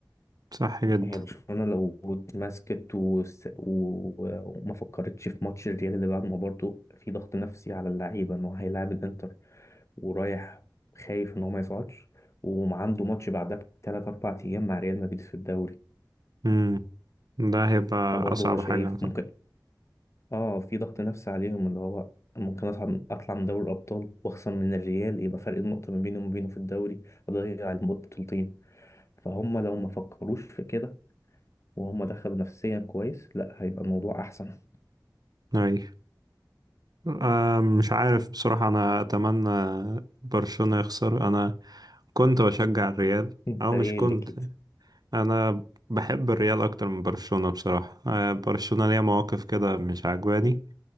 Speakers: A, on the right (about 60°); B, on the left (about 40°).
A: صح جدا
B: هي برشلونة لو اتمسكت وس- و- و- وما فكرتش في ماتش الريال اللي بعد ما برضه في ضغط نفسي على اللعيبة ان هو هيلاعب الانتر ورايح خايف ان هو ما يصعدش وعنده ماتش بعدها بثلاث اربع ايام مع ريال مدريد في الدوري
A: امم ده هيبقى
B: فبرضه
A: اصعب
B: هو شايف
A: حاجة طبعا
B: ممكن اه في ضغط نفسي عليهم اللي هو ممكن اصعد اطلع من دوري الابطال واخسر من الريال يبقى فرق النقطه ما بيني وما بينه في الدوري اضيع البطولتين فهم لو ما فكروش في كده وهم دخلوا نفسيا كويس لا هيبقى الموضوع احسن
A: أي آه مش عارف بصراحة أنا أتمنى برشلونة يخسر أنا كنت بشجع الريال
B: <laughs>
A: أو
B: ده
A: مش
B: ريالي
A: كنت
B: اكيد
A: أنا بحب الريال أكتر من برشلونة بصراحة آه برشلونة ليها مواقف كده مش عجباني